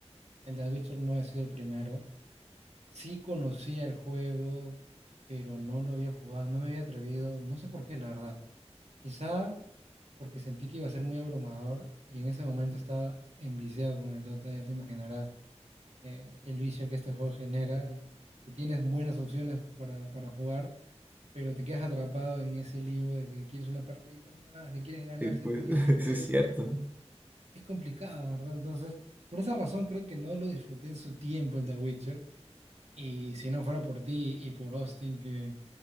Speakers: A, on the right (about 70°); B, on the right (about 15°).
A: El The Witcher no ha sido el primero. Sí conocía el juego, pero no lo había jugado, no me había atrevido, no sé por qué, la verdad. Quizá porque sentí que iba a ser muy abrumador y en ese momento estaba enviciado con el Dota, ya te imaginarás eh, el vicio que este juego genera, que, que- que tienes buenas opciones para, para jugar, pero te quedas atrapado en ese limbo de que quieres una partidita más, que quieres ganar
B: Sí, pues,
A: si perdiste.
B: <laughs> eso es cierto. ¿no?
A: Es complicado, ¿verdad? Entonces, por esa razón creo que no lo disfruté en su tiempo el The Witcher. Y si no fuera por ti y por Austin, que,